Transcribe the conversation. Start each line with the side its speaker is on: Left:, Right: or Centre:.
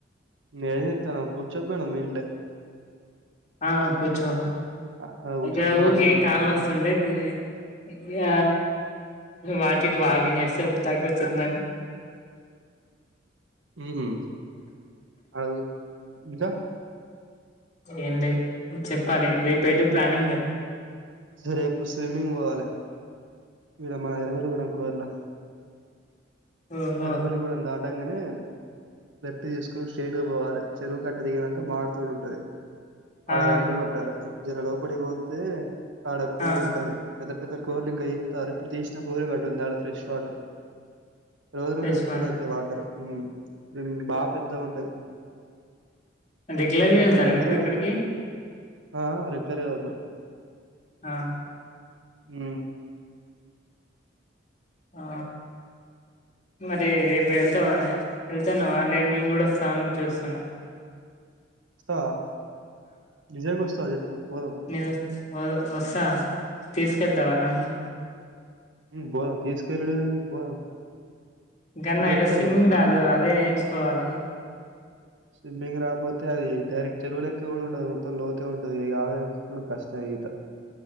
Right: ఏదైతే ఏమి కొచ్చకపోయినా మీండ్లే
Left: ఆ కూర్చో
Right: ఆ! ఆడ
Left: ఇంకా
Right: కూర్చోపోయినావు
Left: ఊక
Right: మంచాన.
Left: కళ్ళ నోస్త అంటే దీని ఇంకా వాటిని వాకింగ్ చేస్తే తగ్గుతుందని
Right: ఉహు అడుగు ఇకా
Left: ఏం లే చెప్పాలి రేపే ఎటు ప్లానింగ్
Right: రేపు స్విమ్మింగ్ పోవాలి ఇడ మన ఇరవైలు కూడా కోరలా
Left: ఓహో
Right: ఎర్రపల్లి గూడెం దాటంగానే లెఫ్ట్ తీసుకుని స్ట్రేట్గా పోవాలి చెరువు కట్ట దిగినక మావిడ తోడు ఉంటాది ఆడ
Left: ఆ
Right: రైట్ కొట్టాలి జర లోపడికి పోతే ఆడ కోరి
Left: ఆ
Right: ఉంటది పెద్ద పెద్ద కోర్లు ఇంకా తెస్తారు ఎప్పుడూ తీసిన కోరి ఒకటి వుంది ఆడ ఫ్రెష్ వాటర్. రోజు రోజు
Left: తెచ్చుకోవాలి
Right: రొట్రేట్ అయితాయి వాటర్ ఉ ఉ బాగా పెద్ద ఉంటది
Left: రెగ్యులర్
Right: ఇప్పుడు
Left: గా
Right: ఇక్కడు
Left: వెళ్తారా
Right: నుంచి
Left: మీరు అక్కడికి
Right: ఆ రెగ్యులర్గా చదువుతాం
Left: ఆ
Right: ఉ
Left: ఆ మరి రేపు వెళ్తా వెళ్తున్నావ నేను కూడా స్వామిని చూస్తున్నా
Right: వస్తా వ నిజంగా వస్తా వ చెప్పు పోదాం
Left: నేనా వ వస్తా తీసుకెళ్తావా నన్ను
Right: ఉ పోదాం తీసుకెళ్ళుడు పోదాం
Left: ఇంకా
Right: ఇది
Left: నాక
Right: వచ్చా
Left: స్విమ్మింగ్
Right: నీకు
Left: రాదు అదే నేర్చుకోవాలి
Right: స్విమ్మింగ్ రాపోతే అది డైరెక్ట్ చెరువు లెక్క కూడా ఉండదు మొత్తం లోత ఉంటది ఆడకి కూడా కష్టమే ఈత